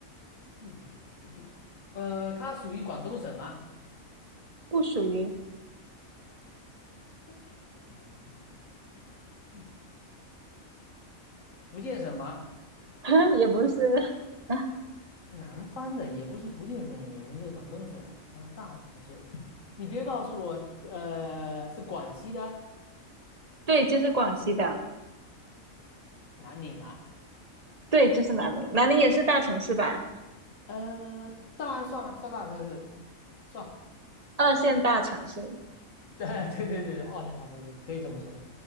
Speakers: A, on the left (about 65°); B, on the right (about 30°).
A: 不远也不近。呃，它属于广东省吗？
B: 不属于，
A: 属于广东省，不远福建省吗？
B: <laughs> 也不是，<laughs>
A: 南方的也不是福建省，也不是广东省，还有大城市。你别告诉我，呃，是广西的
B: 对，就是广西的，
A: 南宁啊？
B: 对，就是南宁，南宁也是大城市吧，
A: 呃，当然算啊，算大城市，算。
B: 二线大城市，
A: <laughs> 对对对对，二线大城市可以这么说。